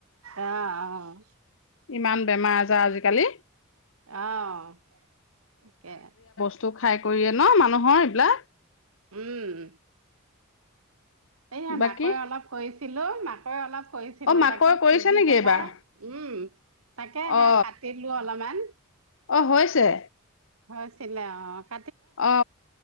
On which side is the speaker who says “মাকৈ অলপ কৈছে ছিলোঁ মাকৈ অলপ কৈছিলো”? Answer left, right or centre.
Right